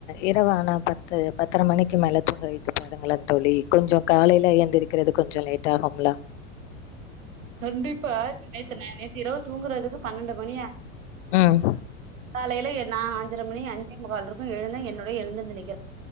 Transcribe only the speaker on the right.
கண்டிப்பா நேத்து ந நேத்து இரவு தூங்குறதுக்கு பன்னெண்டு மணி ஆ
காலையில என் நா அஞ்சர மணி அஞ்சே முக்கால் இரு ப்ப எழுந்தா என்னோடயே எழுந்துந்து நிக்